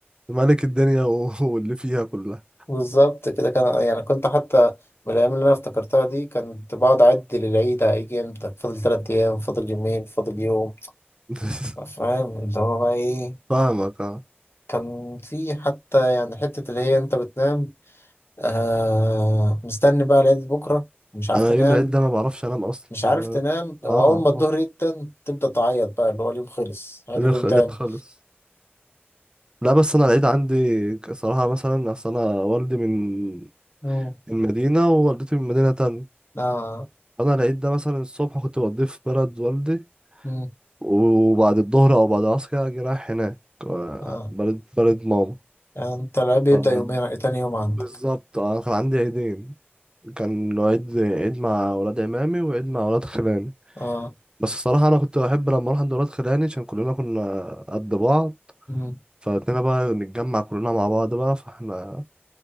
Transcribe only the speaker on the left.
بالظبط كده كان يعني كنت حتى من الأيام اللي أنا افتكرتها دي كنت بقعد أعد للعيد هيجي إمتى فاضل تلات أيام فاضل يومين فاضل يوم
فاهم اللي هو بقى ايه
كان في حتى يعني حتة اللي هي انت بتنام آه مستني بقى لغاية بكرة مش عارف
تنام
مش
عارف تنام وأول
ما الظهر
يتن تبدأ تعيط بقى اللي هو اليوم خلص عيد
اليوم
تاني
مم.
آه.
مم.
آه.
يعني انت العيب بيبدأ
يومين تاني يوم عندك
اه
مم.